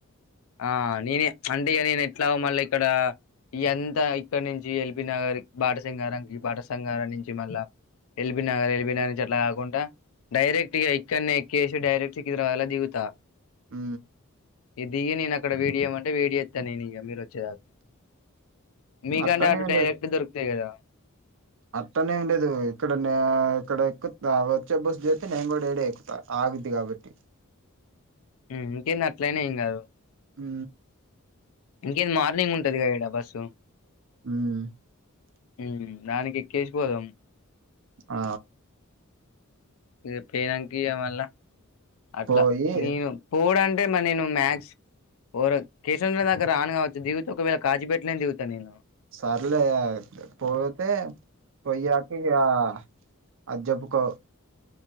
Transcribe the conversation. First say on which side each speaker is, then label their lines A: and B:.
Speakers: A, on the left (about 70°); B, on the right (about 60°).
A: ఆ నేనే చ్ అంటే ఇగా నేను ఎట్లాగో మళ్ళీ ఇక్కడ ఎంత ఇక్కడ నుంచి ఎల్బినగర్ బాట సింగారానికి బాట సంగారం నుంచి మళ్ళా ఎల్బినగర్ ఎల్బినగర్ నుంచి అట్లా కాకుండా డైరెక్ట్ ఇగ ఇక్కన్నే ఎక్కేసి డైెరెక్ట్ సికింద్రాబాద్లో దిగుతా.
B: ఉ
A: ఇగ దిగి నేను అక్కడ వెయిట్ చేయమంటే వెయిట్ చేస్తా నేను ఇక మీరు వచ్చేదక్ మీకన్నా
B: అట్టనేం
A: అటు డైరెక్ట్ దొరుకుతాయి కదా
B: అట్టనే ఏమి లేదు ఇక్కడ నా ఇక్కడ ఎక్కు వచ్చే బస్సు చేత్తే నేను కూడా ఇడే ఎక్కుతా. ఆగుద్ది కాబట్టి
A: ఉ ఇంకేంది అట్లాయినా ఏం కాదు
B: ఉ
A: ఇంకేది మార్నింగ్ ఉంటాదిగా ఇడా బస్సు
B: ఉమ్
A: ఉమ్ దానికి ఎక్కేసి పోదాం
B: ఆ
A: ఇగ పోయినంకా ఇయ్య మళ్ళా అట్లా
B: పోయి
A: నేను పోడు అంటే మరి నేను మ్యాక్స్ ఓర కిషనుదాకా రాను కావచ్చు దిగితే ఒకవేళ కాచిపెట్లేనే దిగుతా నేను.
B: సార్లేపద పోతే పోయ్యాకి యా అది జెబ్బుకో